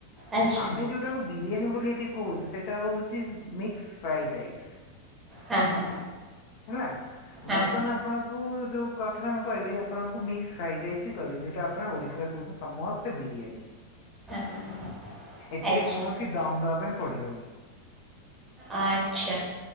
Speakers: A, on the right (about 20°); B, on the left (about 45°).
A: ଆଚ୍ଛା
B: ଆମେ ଯୋଉଟାକୁ ବିରିୟାନୀ ବୋଲି ଏଇଠି କୋହୁଚେ ସେଟା ହୋଉଛି ଚି ମିକ୍ସ ଫ୍ରାଇ ରାଇସ୍।
A: ହଁ ହଁ
B: ହେଲା
A: ହଁ
B: ବର୍ତ୍ତମାନ
A: ହଁ ହଁ
B: ଆପଣଙ୍କୁ ଯୋଉ କଥାରେ ମୁଁ କହିବି ଆପଣଙ୍କୁ ମିକ୍ସ ଫ୍ରାଇ ରାଇସ୍ ହିଁ କହିବି ଯୋଉଟା ଆପଣ ଓଡିଶାରେ କୋହୁଚନ୍ତି ସମସ୍ତ ସ୍ତେ ବିରିୟାନୀ
A: ହଁ ହଁ ହଁ ହଁ
B: ଏଥିରେ
A: ଆଚ୍ଛା।
B: କୌଣସି ଦମ ଦବା ପାଇଁ ପଡିବନି।
A: ଆଛା।